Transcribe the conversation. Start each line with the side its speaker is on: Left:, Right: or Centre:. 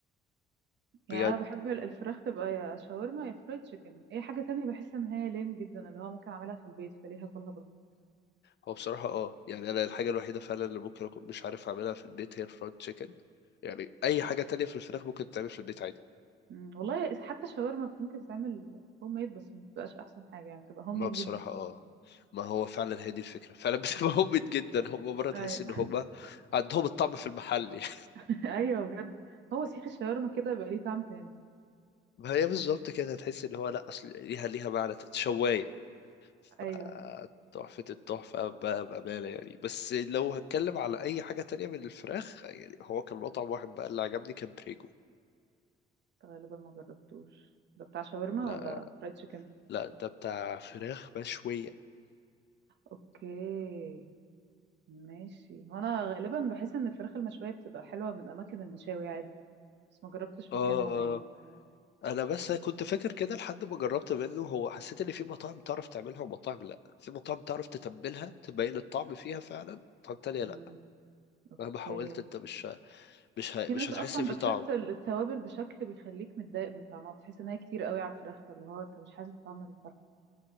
Right: يعني
Left: بجد
Right: انا بحب ال- الفراخ تبقى يا شاورما يا فرايد تشيكن اي حاجه تانية بحس ان هي ليم جدا اللي هو ممكن اعملها في البيت فليه هاكلها بره
Left: هو بصراحة اه يعني أنا الحاجة الوحيدة فعلا اللي ممكن أكون مش عارف أعملها في البيت هي الفرايد تشيكن يعني أي حاجة تانية في الفراخ ممكن تتعمل في البيت عادي
Right: مم، والله حتى الشاورما ممكن تتعمل هوم ميد بس ما بتبقاش احسن حاجه يعني بتبقى هوم
Left: ما
Right: ميد
Left: بصراحة
Right: جدا
Left: اه ما هو فعلا هي دي الفكرة فعلا بتبقى
Right: مم.
Left: <laughs> هوبت جدا هم مرة تحس
Right: ايوه
Left: إن هم عندهم الطعم في المحل <laughs> يعني
Right: <laughs> ايوه بجد هو سيخ الشاورما كده بقى ليه طعم تاني
Left: ما هي بالظبط كده تحس إن هو لأ أصل ليها ليها معنى شواية فتحفة
Right: ايوه
Left: التحفة بقى بأمانة يعني بس لو هتكلم على أي حاجة تانية من الفراخ يعني هو كان مطعم واحد بقى اللي عجبني كان بريجو
Right: غالبا ما جربتوش ده بتاع شاورما
Left: لا
Right: ولا فرايد تشيكن
Left: لا ده بتاع فراخ مشوية
Right: اوكي ماشي وانا غالبا بحس ان الفراخ المشويه بتبقى حلوه من اماكن المشاوي عادي بس ما جربتش
Left: اه
Right: مكان معين
Left: اه أنا بس كنت فاكر كده لحد ما جربت منه هو حسيت إن في مطاعم تعرف تعملها ومطاعم لأ في مطاعم تعرف تتبلها تبين الطعم فيها فعلا مطاعم تانية
Right: مم،
Left: لأ
Right: اوكي
Left: مهما حاولت أنت مش مش ه-
Right: في
Left: مش
Right: ناس
Left: هتحس
Right: اصلا
Left: فيه
Right: بتحط
Left: طعم
Right: ال- التوابل بشكل بيخليك متضايق من طعمها بتحس ان هي كتير قوي على الفراخ فاللي هو انت مش حاسس بطعم الفرخه